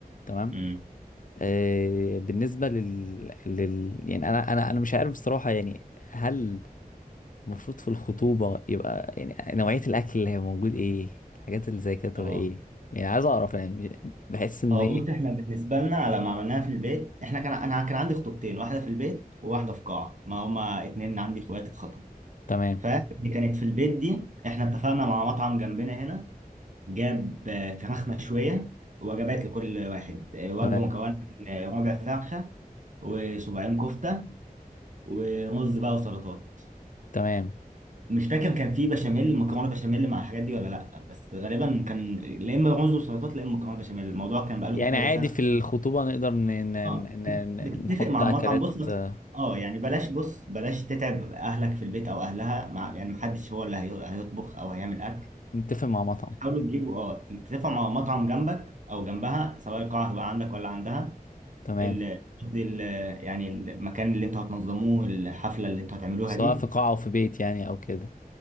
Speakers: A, on the left; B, on the right.
A: تمام
B: مم.
A: آه، بالنسبه لل... لل يعني انا انا انا مش عارف بصراحه يعني هل المفروض في الخطوبه يبقى يعني نوعيه الاكل اللي هي موجود ايه الحاجات اللي زي كده تبقى
B: اه
A: ايه يعني عايز اعرف يعني بحس ان
B: اه
A: ايه
B: بص احنا بالنسبه لنا لما عملناها في البيت احنا كان انا كان عندي خطوبتين واحده في البيت وواحده في قاعه ما هما اتنين عندي اخوات اتخطبوا
A: تمام
B: فاللي كانت في البيت دي احنا اتفقنا مع مطعم جنبنا هنا جاب آه، فراخ مشويه وجبات لكل واحد آه، وجبه
A: تمام
B: مكونه من آه، ربع فرخه وصباعين كفته ورز بقى وسلطات
A: تمام
B: مش فاكر كان في بشاميل مكرونه بشاميل مع الحاجات دي ولا لا بس غالبا كان لا اما رز وسلطات لا اما مكرونه بشاميل الموضوع كان بقاله
A: يعني
B: كذا
A: عادي
B: سنه
A: في الخطوبه نقدر ن... ن...
B: اه
A: ن... ن-
B: بتتفق
A: نحط
B: مع
A: اكلات
B: المطعم بص بص-
A: آه،
B: اه يعني بلاش بص بلاش تتعب اهلك في البيت او اهلها مع يعني محدش هو اللي هي- هيطبخ او هيعمل اكل
A: نتفق مع مطعم
B: حاولوا تجيبوا
A: مم.
B: اه تتفقوا مع مطعم جنبك او جنبها سواء القاعه هتبقى عندك ولا عندها
A: تمام
B: ال... قصدي ال... يعني المكان اللي انتوا هتنظموه الحفله اللي انتوا هتعملوها
A: سواء
B: دي
A: في قاعة أو في بيت يعني أو كده